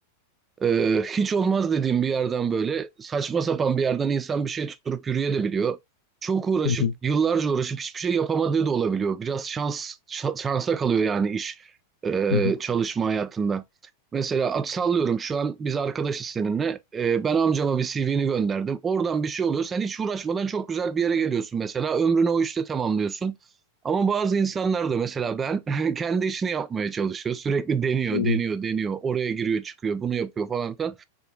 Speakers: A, on the right (about 20°); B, on the left (about 65°).
A: Ee, hiç olmaz dediğim bir yerden böyle saçma sapan bir yerden insan bir şey tutturup yürüyebiliyor. Çok uğraşıp
B: Hı hı,
A: yıllarca uğraşıp hiçbir şey yapamadığı da olabiliyor. Biraz şans şa- şansa kalıyor yani iş e,
B: hı hı,
A: çalışma hayatında. Mesela at sallıyorum şu an biz arkadaşız seninle. Ee, ben amcama bir CV'ni gönderdim. Oradan bir şey oluyor. Sen hiç uğraşmadan çok güzel bir yere geliyorsun mesela. Ömrünü o işte tamamlıyorsun. Ama bazı insanlar da mesela ben kendi işini yapmaya çalışıyor. Sürekli deniyor,
B: hı hı,
A: deniyor, deniyor. Oraya giriyor, çıkıyor, bunu yapıyor falan filan.